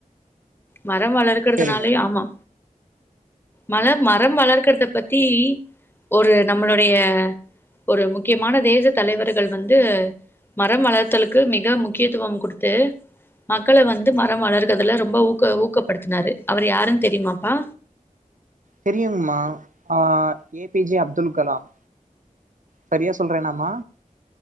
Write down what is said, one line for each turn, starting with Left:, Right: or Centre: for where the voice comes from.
Left: மரம் வளர்க்கறதுனாலே
Right: செரிங்கம்மா
Left: ஆமா மழ மரம் வளர்க்கறத பத்தி ஒரு நம்மளுடைய ஒரு முக்கியமான தேசத் தலைவர்கள் வந்து மரம் வளர்த்தலுக்கு மிக முக்கியத்துவம் குடுத்து மக்கள வந்து மரம் வளர்க்கதுல ரொம்ப ஊக்கோ ஊக்கப்படுத்துனாரு அவரு யாருன் தெரியுமாப்பா
Right: தெரியுங்மா ஆ A P J Abdul Kalam சரியா சொல்றனாமா